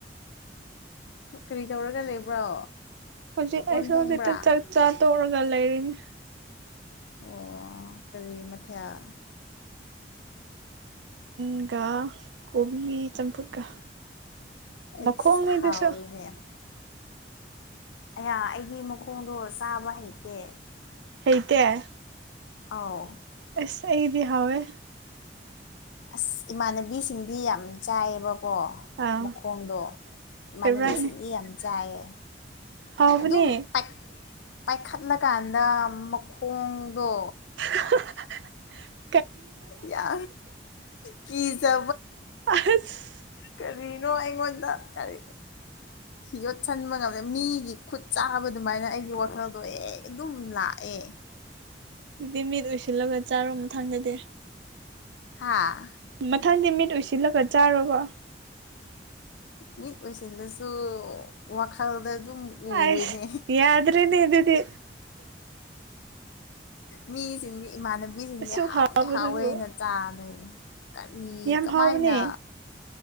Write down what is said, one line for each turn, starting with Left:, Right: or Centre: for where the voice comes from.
Left: ꯀꯔꯤ ꯇꯧꯔꯒ ꯂꯩꯕ꯭ꯔꯣ
Right: ꯍꯧꯖꯤ
Left: ꯀꯣꯟ
Right: ꯑꯩꯁꯨ
Left: ꯐꯦꯡꯕ꯭ꯔꯥ
Right: ꯍꯧꯖꯤꯇ ꯆ ꯆꯥ ꯇꯧꯔꯒ ꯂꯩꯔꯤꯅꯤ
Left: ꯑꯣ ꯀꯔꯤ ꯃꯊꯦꯜ
Right: ꯟꯒꯥ ꯀꯣꯕꯤ ꯇꯝꯐꯀ
Left: ꯑꯩꯁ
Right: ꯃ ꯈꯣꯡꯉꯗꯨꯁꯨ
Left: ꯍꯥꯎꯋꯤꯅꯦ ꯑꯌꯥ ꯑꯩꯒꯤ ꯃꯈꯣꯡꯗꯣ ꯆꯥꯕ ꯍꯩꯇꯦ
Right: ꯍꯩꯇ
Left: ꯑꯥꯎ
Right: ꯑꯦ ꯑꯦꯗꯤ ꯍꯥꯏꯋꯦ
Left: ꯑꯁ ꯏꯃꯥꯟꯅꯕꯤꯁꯤꯡꯗꯤ ꯌꯥꯝ ꯆꯥꯏꯌꯦꯕꯀꯣ
Right: ꯑꯥ
Left: ꯃꯈꯣꯡꯗꯣ ꯏꯃꯥꯟꯅꯕꯤꯁꯤꯡꯗꯤ
Right: ꯐꯦꯚꯣꯔꯥꯏꯠꯅꯦ
Left: ꯌꯥꯝ ꯆꯥꯏꯌꯦ
Right: ꯍꯥꯎꯕꯅꯦ
Left: ꯑꯗꯨꯝ ꯄꯥꯏ ꯄꯥꯏꯈꯠꯂꯀꯥꯟꯗ ꯃꯈꯣꯡꯗꯣ
Right: <inaudible>
Left: ꯌꯥ ꯀ ꯁ
Right: ꯑꯁ
Left: ꯀꯔꯤꯅꯣ ꯑꯩꯉꯣꯟꯗ ꯀꯔꯤ ꯌꯣꯠꯁꯟꯕ ꯉꯝꯃꯦ ꯃꯤꯒꯤ ꯈꯨꯠ ꯆꯥꯕ ꯑꯗꯨꯃꯥꯏꯅ ꯑꯩꯒꯤ ꯋꯥꯈꯜꯗꯣ ꯍ ꯑꯗꯨꯝ ꯂꯥꯛꯑꯦ
Right: ꯑꯗꯨꯗꯤ ꯃꯤꯠ ꯑꯣꯏꯁꯤꯜꯂꯒ ꯆꯥꯔꯣꯕ ꯊꯥꯡꯖꯗꯦ
Left: ꯍꯥꯥ
Right: ꯃꯊꯪꯗꯤ ꯃꯤꯠ ꯎꯁꯤꯜꯂꯒ ꯆꯥꯔꯕꯣ
Left: ꯃꯤꯠ ꯑꯣꯏꯁꯤꯜꯂꯁꯨ ꯋꯥꯈꯜꯗ ꯑꯗꯨꯝ ꯎꯋꯦꯅꯦ
Right: ꯑꯁ ꯌꯥꯗ꯭ꯔꯦꯅꯦ ꯏꯗꯤ
Left: ꯃꯤꯁꯤꯡꯗꯤ ꯏꯃꯥꯟꯅꯕ ꯆꯕꯤꯁꯤꯡꯗꯤ
Right: ꯑꯁꯨꯛ
Left: ꯍꯥꯎꯋꯦ
Right: ꯍꯥꯎꯕꯗꯨꯕꯨ
Left: ꯍꯥꯎꯋꯦꯅ ꯆꯥꯗꯣꯏꯅꯦ ꯀꯔꯤ
Right: ꯌꯥꯝ
Left: ꯀꯃꯥꯏꯅ
Right: ꯍꯥꯎꯕꯅꯦ